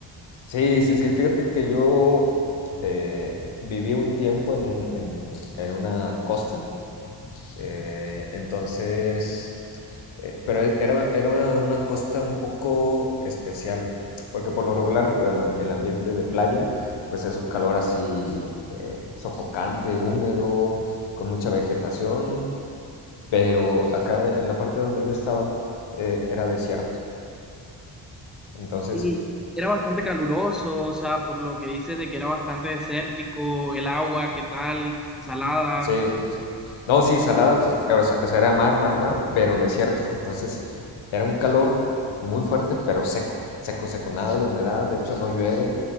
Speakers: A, on the left; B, in the centre.
A: Sí, sí, sí. Fíjate que yo eh, viví un tiempo en, un, en, en una costa. eh, entonces, eh, pero era, era una, una costa un poco especial. Porque por lo regular, bueno, el ambiente de playa, pues es un calor así eh, sofocante, húmedo, con mucha vegetación. Pero acá en la parte donde yo estaba, eh, era desierto. Entonces,
B: Y era bastante caluroso, o sea, por lo que dices de que era bastante desértico, el agua, ¿qué tal? Salada.
A: sí, No, sí, salada, o sea, era mar, mar, mar, pero desierto. Entonces era un calor muy fuerte, pero seco, seco, seco, nada de humedad. De hecho, no llueve,